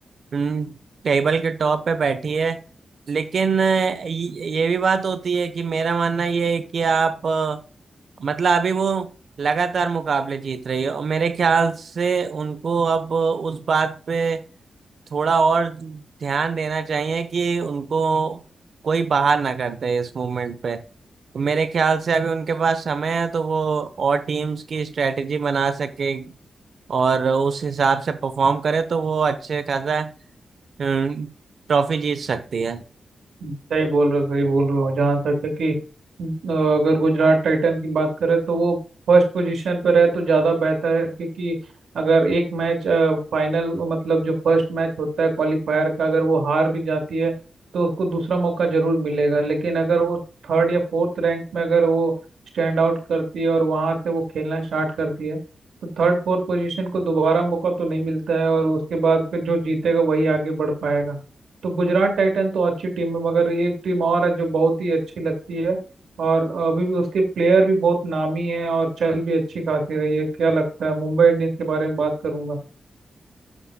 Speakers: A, on the right (about 65°); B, on the right (about 80°).
A: टेबल के टॉप पे बैठी है लेकिन अ, ये ये भी बात होती है कि मेरा मानना ये है कि आप मतलब अभी वो लगातार मुकाबले जीत रही है और मेरे ख्याल से उनको अब उस बात पे थोड़ा और ध्यान देना चाहिए कि उनको कोई बाहर ना करते इस मूवमेंट पे तो मेरे ख्याल से अभी उनके पास समय है तो वो और टीम्स की स्ट्रेटेजी बना सके और उस हिसाब से परफॉर्म करे तो वो अच्छे खासा हम्म, ट्रॉफी जीत सकती है
B: सही बोल रहे हो सही बोल रहे हो जहाँ तक है कि अ, अगर गुजरात टाइटन की बात करें तो वो फर्स्ट पोजीशन पर रहे तो ज़्यादा बेहतर है क्योंकि अगर एक मैच फाइनल मतलब जो फर्स्ट मैच होता है क्वालिफायर का अगर वो हार भी जाती है तो उसको दूसरा मौका जरूर मिलेगा लेकिन अगर वो थर्ड या फोर्थ रैंक में अगर वो स्टैंड आउट करती है और वहाँ से वो खेलना स्टार्ट करती है तो थर्ड फोर्थ पोजीशन को दोबारा मौका तो नहीं मिलता है और उसके बाद फिर जो जीतेगा वही आगे बढ़ पाएगा तो गुजरात टाइटन तो अच्छी टीम है मगर एक टीम और है जो बहुत ही अच्छी लगती है और अभी भी उसके प्लेयर भी बहुत नामी हैं और चल भी अच्छी खासी रही है क्या लगता है मुंबई इंडियंस के बारे में बात करूंगा